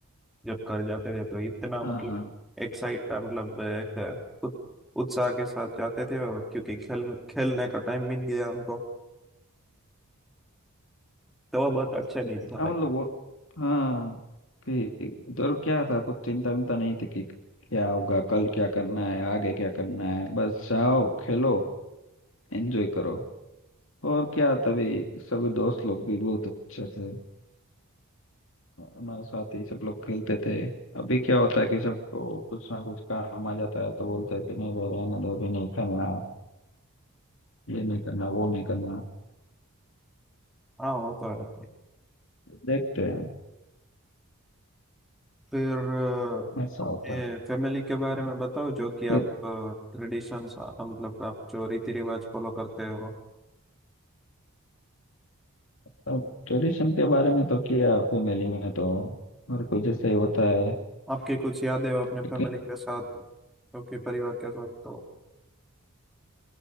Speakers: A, in the centre; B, on the left (about 60°).
A: जब कर जाते थे तो इतना मतलब
B: हाँ
A: एक्साइट मतलब एक उत- उत्साह के साथ जाते थे और क्योंकि खेल खेलने का टाइम मिल गया हमको तो वो बहुत अच्छा दिन था भाई
B: हाँ मतलब वो हाँ कि उधर क्या था कुछ चिंता विंता नहीं थी कि क्या होगा कल क्या करना है आगे क्या करना है बस जाओ खेलो एंजॉय करो और क्या तभी सभी दोस्त लोग भी बहुत अच्छे थे हमारे साथ ही सब लोग खेलते थे अभी क्या होता है कि सबको कुछ ना कुछ काम आ जाता है तो बोलते हैं कि नहीं भाई रहने दो अभी नहीं खेलना ये नहीं करना वो नहीं करना
A: हाँ वो तो है
B: देखते हैं
A: फिर अ,
B: ऐसा
A: अपने
B: होता
A: फैमिली के बारे में बताओ जो कि आप
B: है
A: ट्रेडिशंस मतलब आप जो रीति रिवाज फॉलो करते हो
B: अब ट्रेडिशन के बारे में तो किया फैमिली में तो हर कोई जैसे ही होता है
A: आपकी कुछ यादें हो अपने
B: लेकिन
A: फैमिली के साथ जो कि परिवार के साथ तो